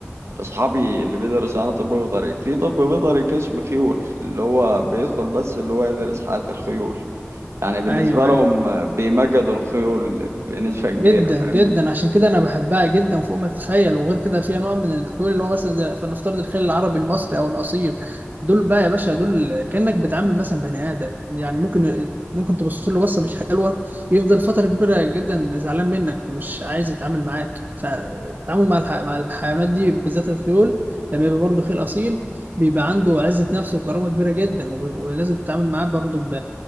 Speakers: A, on the right; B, on the right.
A: اصحابي اللي بيدرس انا طب بيطري في طب بيطري قسم خيول اللي هو بيدخل بس اللي هو يدرس حياة الخيول يعني بالنسبة
B: ايوه
A: لهم
B: ايوه
A: بيمجدوا الخيول بنسبة كبيرة
B: جدا
A: فاهمني
B: جدا عشان كده انا بحبها جدا فوق ما تتخيل وغير كده في انواع من الخيول اللي هو مثلا زي- فلنفترض الخيل العربي المصري او الاصيل دول بقى يا باشا دول كانك بتعامل مثلا بني ادم يعني ممكن ممكن تبص له بصه مش حلوه يفضل فتره كبيره جدا زعلان منك ومش عايز يتعامل معاك فالتعامل مع الح... مع الحيوانات دي بالذات الخيول لما يبقى برضه خيل اصيل بيبقى عنده عزه نفس وكرامه كبيره جدا وب- ولازم تتعامل معاه برضه ب...